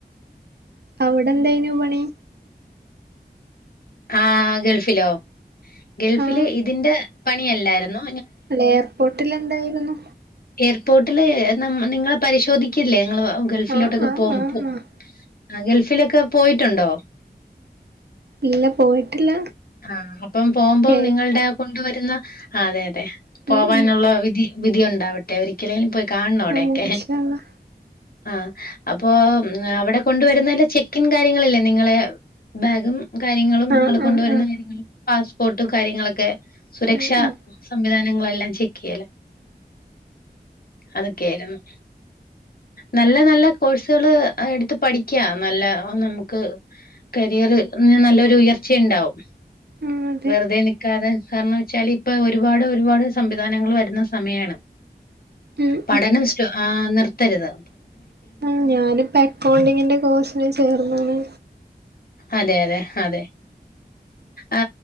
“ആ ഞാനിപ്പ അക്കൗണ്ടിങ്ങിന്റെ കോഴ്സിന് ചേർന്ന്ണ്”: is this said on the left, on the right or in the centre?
Right